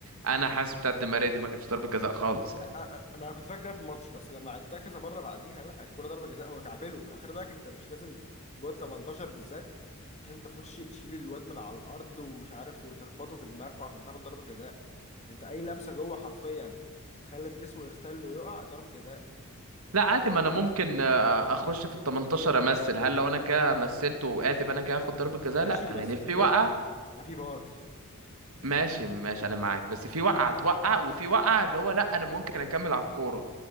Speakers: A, on the right; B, on the left.
A: انا حاسس بتاعت دي ماريا دي ما كانتش ضربة جزاء خالص يعني.
B: لا أ- أ- ما انا كنت فاكر ده في الماتش بس لما عدتها كذا مره بعديها لا الكوره ضربه جزاء هو كعبله خلي بالك انت مش لازم جوه ال 18 بالذات مش لازم تخش تشيل الواد من على الارض ومش عارف وتخبطه في دماغه عشان تاخد ضربه جزاء انت اي لمسه جوه حرفيا خلت جسمه يختل ويقع ضربه جزاء
A: لا عادي ما انا ممكن آه، اخش في ال 18 امثل هل لو انا كده مثلت وقعت يبقى انا كده اخد ضربة جزاء
B: ماشي
A: لا يعني
B: بس في
A: في
B: فار
A: وقعة
B: ما في فار
A: ماشي ماشي انا معاك بس في وقعة توقع وفي وقعة اللي هو لا انا ممكن اكمل على الكورة